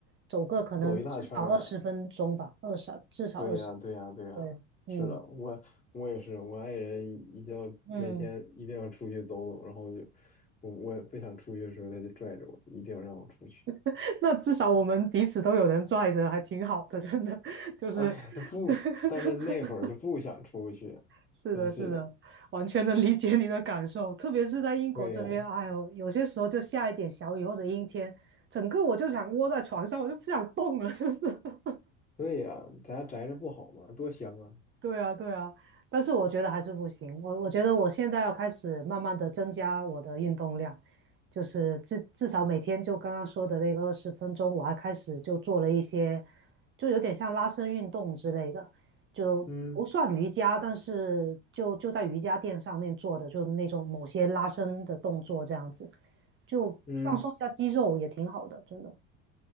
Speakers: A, on the right; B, on the left.
A: 走个可能至少二十分钟吧，
B: 走一大圈儿了。
A: 二十至少二十，
B: 对呀，对呀，对呀，
A: 对，嗯
B: 是的，我我也是，我爱人一定要每天一定要出去走走，
A: 嗯，
B: 然后就我我不想出去的时候，他就拽着我，一定要让我出去。
A: <laughs> 那至少我们彼此都有人拽着，还挺好的，真的就是。
B: <laughs> 哎呀，他不，
A: <laughs>
B: 但是那会儿就不想出去，
A: 是的，
B: 真是的。
A: 是的，完全能理解你的感受，特别是在英国这边，
B: 对呀，
A: 哎呦，有些时候就下一点小雨或者阴天，整个我就想窝在床上，我就不想动了，真的。
B: 对呀，在家宅着不好吗？多香啊！
A: 对啊，对啊，但是我觉得还是不行。我我觉得我现在要开始慢慢的增加我的运动量，就是至至少每天就刚刚说的那个二十分钟，我还开始就做了一些，就有点像拉伸运动之类的，就不算瑜伽，
B: 嗯
A: 但是就就在瑜伽垫上面做的，就那种某些拉伸的动作这样子，就放松一下肌肉也挺好的，
B: 嗯
A: 真的。